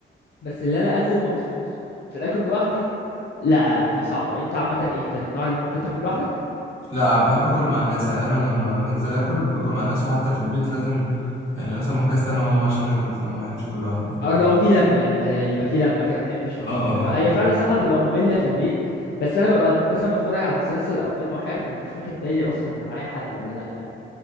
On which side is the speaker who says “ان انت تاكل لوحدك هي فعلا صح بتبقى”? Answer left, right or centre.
Left